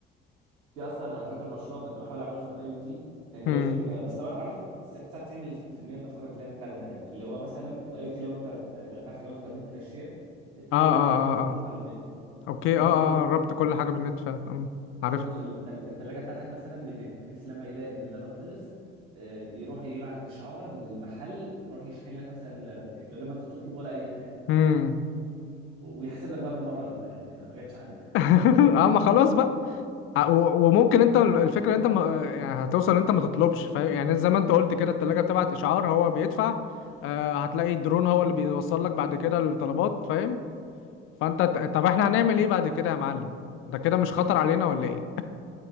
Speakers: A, on the right; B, on the left.
A: في اصلا انا فاكر مشروع كنت بحاول اعمله في الاي او تي كان جالي
B: مم.
A: فكره بس طبعا انت عارف 99% من الافكار هتلاقيها متاخده يعني اللي هو مثلا الاي او تي لو انت لو انت عارف اللي هو انترنت الاشياء التنج
B: اه
A: ده
B: اه
A: اي حاجه
B: اه
A: انت تربطها
B: اه
A: بالنت
B: اوكي
A: فانت
B: اه اه
A: ممكن تربط ال-
B: آه، ربط كل حاجة بالنت فاهم عارف
A: تربط التل- التلاجه بتاعتك مثلا بالنت بحيث لما يلاقي ان اللبن خلص آه، يروح يبعت اشعار للمحل تروح يشحن لك مثلا لبن تاني من غير ما انت تطلب ولا اي حاجه انت
B: مم.
A: فاهم ويحاسب لك بقى بالمره بقى يعني ما جاتش عليه
B: <laughs> اه ما خلاص بقى ع- و- وممكن انت الفكره انت ما يعني هتوصل انت ما تطلبش فاهم يعني زي ما انت قلت كده التلاجة بتبعت اشعار هو بيدفع آه، هتلاقي الدرون هو اللي بيوصل لك بعد كده الطلبات فاهم فانت ت- طب احنا هنعمل ايه بعد كده يا معلم ده كده مش خطر علينا ولا ايه